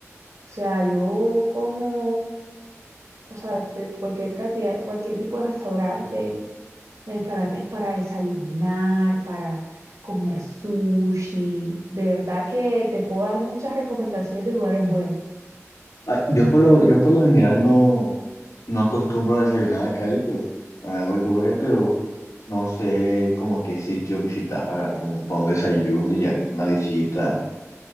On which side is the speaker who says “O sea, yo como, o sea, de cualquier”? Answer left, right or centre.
Right